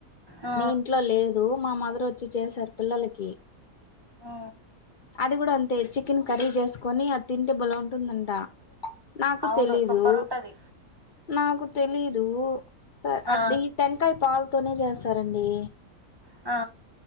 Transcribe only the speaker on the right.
ఆ
ఉ
అవును
సూపర్ ఉంటది
ఆ
ఆ